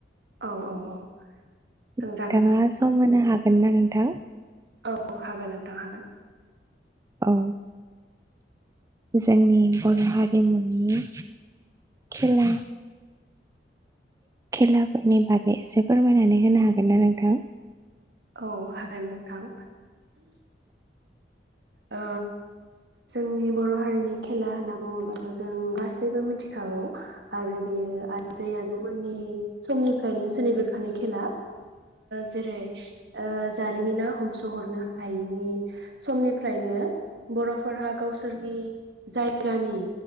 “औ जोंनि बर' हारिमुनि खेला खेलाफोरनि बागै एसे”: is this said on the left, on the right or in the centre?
Right